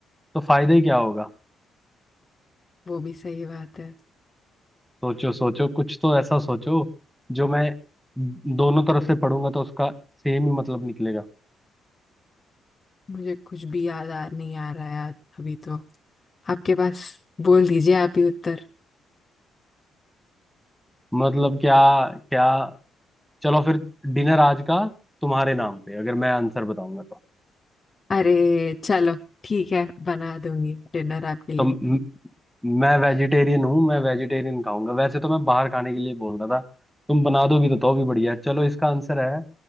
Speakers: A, in the centre; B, on the left.
A: तो फायदा ही क्या होगा
B: वो भी सही बात है
A: सोचो सोचो कुछ तो ऐसा सोचो जो मैं दोनों तरफ से पढ़ूंगा तो उसका सेम ही मतलब निकलेगा
B: मुझे कुछ भी याद आ नहीं आ रहा है अभी तो आपके पास बोल दीजिए आप ही उत्तर
A: मतलब क्या क्या चलो फिर डिनर आज का तुम्हारे नाम पे अगर मैं आंसर बताऊंगा तो
B: अरे चलो ठीक है बना दूंगी डिनर आपके लिए
A: तो म- मैं वेजिटेरियन हूँ मैं वेजिटेरियन खाऊंगा वैसे तो मैं बाहर खाने के लिए बोल रहा था तुम बना दोगी तो तो भी बढ़िया है। चलो इसका आंसर है